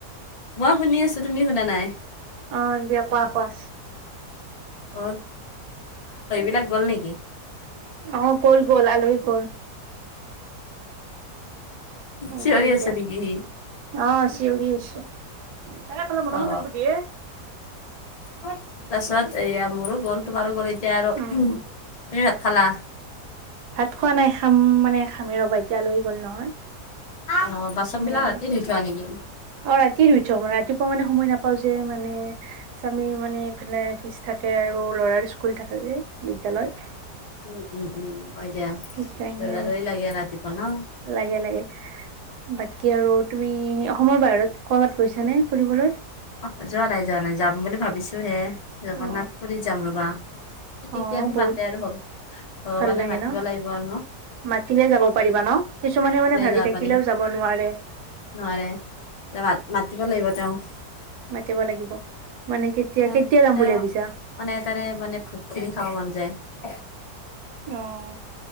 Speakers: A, on the left (about 80°); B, on the right (about 80°).
A: মই শুনি আছো তুমি শুনা নাই।
B: অ', দিয়া কোৱা কোৱা।
A: অ <unintelligible> গ'ল নেকি?
B: অ', গ'ল গ'ল আলহী গল।
A: চিঞৰি
B: গ'ল
A: আছে
B: দিয়া
A: নেকি সি?
B: অ', চিঞৰি আছে, তাৰে অলপমান মনে
A: অ
B: মনে থাক ব' দি এ।
A: তাৰপিছত এয়া মোৰো গ'ল তোমাৰো, গ'ল এতিয়া আৰু
B: উম
A: তুমি খালা?
B: ভাত খোৱা নাই খাম মানে খামে ৰ'বা এতিয়া লৈ গ'ল নহয়।
A: অ বাচন
B: আমি
A: বিলাক
B: আৰু
A: ৰাতি ধুই থোৱা নেকি
B: অ, ৰাতি ধুই থওঁ ৰাতিপুৱা মানে সময় নাপাও যে মানে স্বামীৰ মানে ইফালে অফিচ থাকে আৰু ল'ৰাৰ স্কুল থাকে যে। বিদ্যালয়।
A: উম, উম, উম, হয় দিয়া
B: সেইকাৰণে
A: দৌৰা দৌৰি লাগে ৰাতিপুৱা ন।
B: লাগে লাগে বাকী আৰু তুমি অসমৰ বাহিৰত কৰবাত গৈছা নে ফুৰিবলৈ?
A: অ', যোৱা নাই, যোৱা নাই, যাম বুলি ভাবিছো হে জগন্নাথ
B: অ
A: পুৰী যাম ৰবা। কেতিয়া
B: অ', বহুত
A: মাতে আৰু ভগৱান ভগৱানে
B: ভাল লাগে
A: মাতিব
B: ন
A: লাগিব ন।
B: মাতিলে যাব পাৰিবা ন কিছুমানে মানে ভাবি
A: যাব
B: থাকিলেও
A: পাৰিম
B: যাব নোৱাৰে।
A: নোৱাৰে মাতিব লাগিব তেওঁ।
B: মাতিব লাগিব। মানে কেতিয়া
A: ত'
B: কেতিয়া যাম বুলি ভাবিছা?
A: মানে তাৰে মানে ভোগ খিনি খাব মন যায়।
B: অ',